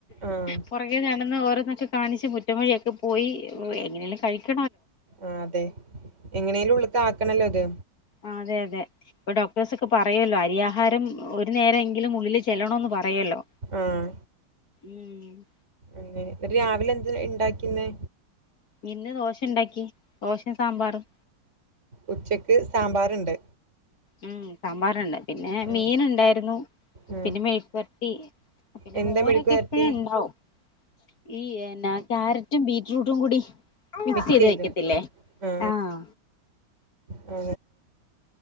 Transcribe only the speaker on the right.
ആഹ്
ആഹ് അതെ എങ്ങനേലും ഉള്ളിൽക്കാക്കണല്ലോത്
ആഹ
അതേ രാവിലെ എന്ത് ഉണ്ടാക്കിന്ന്
ഉച്ചക്ക് സാമ്പാറ്ണ്ട്
ഉം.
ഉം.
എന്താ
മെഴുക്ക് വരട്ടി?
മിക്സെയ്തോ?
ആ
ആ